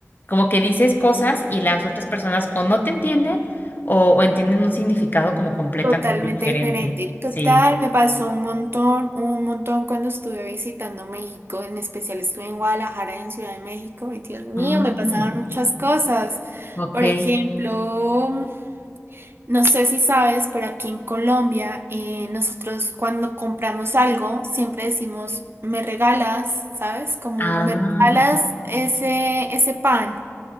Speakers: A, on the left; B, on the right.
A: como que dices cosas y las otras personas o no te entienden o, o entienden un significado como completamente
B: Totalmente
A: diferente.
B: diferente. Total,
A: Sí.
B: me pasó un montón, un montón cuando estuve visitando México. En especial estuve en Guadalajara, en Ciudad de México. Y Dios mío,
A: Ay.
B: me pasaban muchas cosas.
A: Ok.
B: Por ejemplo. No sé si sabes, pero aquí en Colombia eh, nosotros cuando compramos algo siempre decimos, me regalas, ¿sabes? Como
A: Ah,
B: me regalas ese, ese pan,